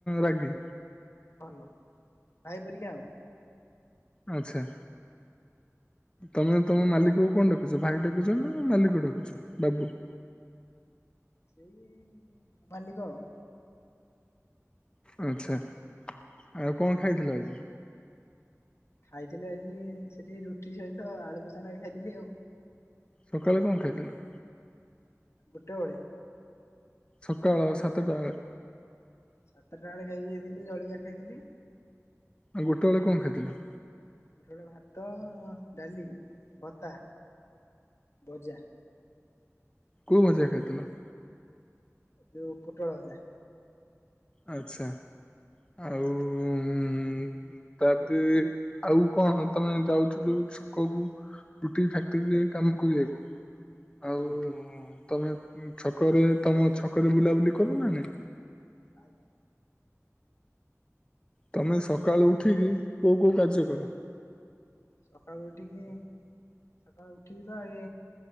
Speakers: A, on the left; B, on the left.
A: ରାଗି?
B: ଭଲ ଭାଇ ପରିକା ଆଉ।
A: ଆଚ୍ଛା। ତମେ ତମ ମାଲିକ କୁ କଣ ଡାକୁଛ ଭାଇ ଡାକୁଛ ନା ମାଲିକ ଡାକୁଛ ବାବୁ?
B: ସେଇ ମାଲିକ ଆଉ।
A: ଆଛା ଆଉ କଣ ଖାଇଥିଲ ଆଜି?
B: ଖାଇଥିଲେ ଆଜି ସେଠି ରୁଟି ସହିତ ଆଳୁ କଷା ନଗେଇ ଖାଇଥିଲି ଆଉ।
A: ସକାଳେ କଣ ଖାଇଥିଲ?
B: ଗୋଟେ ବେଳେ?
A: ସକାଳ ସାତଟା ବେଳେ।
B: ସାତଟା ବେଳେ ଖାଇକି ଯାଇଥିଲି ଜଳିଖିଆ ଖାଇଥିଲି।
A: ଆଉ ଗୋଟେବେଳେ କଣ ଖାଇଥିଲ?
B: ଗୋଟେ ବେଳେ ଭାତ, ଡାଲି, ଭତା, ଭଜା।
A: କଉ ଭଜା ଖାଇଥିଲ?
B: ଯୋଉ ପୁଟଳଭଜା।
A: ଆଚ୍ଛା ଆଉ ହମ୍ ତାପରେ ଆଉ କଣ ତମେ ଯାଉଛ ଯୋଉ ଛକ କୁ ରୁଟି ଫ୍ୟାକ୍ଟ୍ରି ରେ କାମ କରିବାକୁ ଆଉ
B: ଆଜ୍ଞା
A: ତମେ ଛକରେ ତମ ଛକରେ ବୁଲାବୁଲି କରନା ନାଇ?
B: ଆଜ୍ଞା।
A: ତମେ ସକାଳୁ ଉଠିକି କୋଉ କୋଉ କାର୍ଯ୍ୟ କର?
B: ସକାଳୁ ଉଠିକି ସକାଳୁ ଉଠିବି ତ ଆଗେ